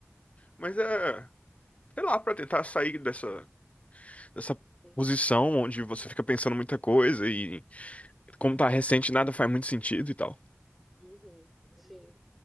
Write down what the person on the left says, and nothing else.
Mas é, sei lá, pra tentar sair dessa dessa
posição onde você fica pensando muita coisa e Como tá recente, nada faz muito sentido e tal.